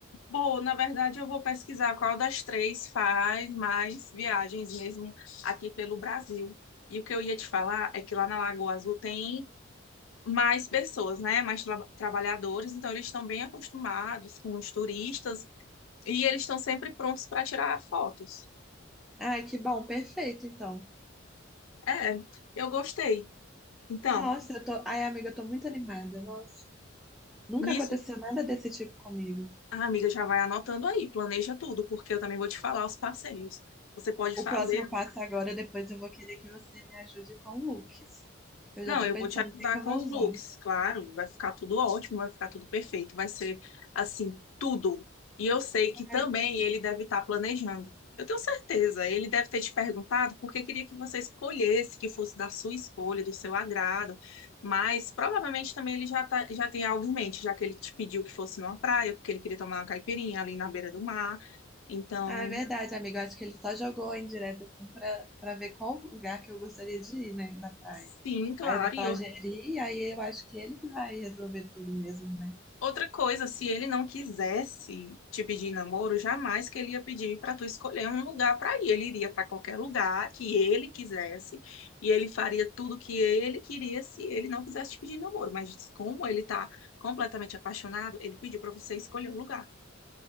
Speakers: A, on the left (about 80°); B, in the centre.
A: Bom, na verdade eu vou pesquisar qual das três faz mais viagens mesmo aqui pelo Brasil. E o que eu ia te falar é que lá na Lagoa Azul tem mais pessoas, né? Mais tra- trabalhadores, então eles estão bem acostumados com os turistas e eles estão sempre prontos para tirar fotos.
B: Ai, que bom, perfeito, então.
A: É, eu gostei. Então,
B: Nossa, eu tô. Ai, amiga, eu tô muito animada, nossa. Nunca
A: nisso,
B: aconteceu nada desse tipo comigo.
A: a amiga já vai anotando aí, planeja tudo, porque eu também vou te falar os passeios. Você pode
B: O
A: fazer
B: próximo passo agora, depois eu vou querer que você me ajude com looks, que eu
A: Não,
B: já tô
A: eu
B: pensando
A: vou te ajudar
B: o que que eu
A: com
B: vou
A: os looks,
B: usar.
A: claro. Vai ficar tudo ótimo, vai ficar tudo perfeito, vai ser assim, tudo. E eu sei que também
B: Ai, que tudo.
A: ele deve estar planejando. Eu tenho certeza, ele deve ter te perguntado porque queria que você escolhesse, que fosse da sua escolha, do seu agrado. Mas provavelmente também ele já, tá, já tem algo em mente, já que ele te pediu que fosse numa praia, porque ele queria tomar uma caipirinha ali na beira do mar. Então,
B: Ah, é verdade, amigo. Eu acho que ele só jogou a indireta assim pra, pra ver qual lugar que eu gostaria de ir, né, da praia.
A: sim, claro,
B: Aí eu vou falar
A: e eu
B: Jeri, aí eu acho que ele que vai resolver tudo mesmo, né?
A: Outra coisa, se ele não quisesse te pedir em namoro, jamais que ele ia pedir para tu escolher um lugar para ir. Ele iria para qualquer lugar que ele quisesse e ele faria tudo que ele queria se ele não quisesse te pedir em namoro. Mas como ele tá completamente apaixonado, ele pediu para você escolher um lugar.